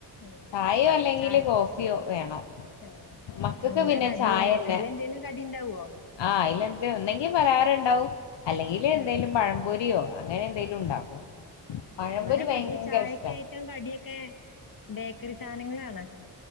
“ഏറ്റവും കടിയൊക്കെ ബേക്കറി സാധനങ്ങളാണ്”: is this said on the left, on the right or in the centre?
Left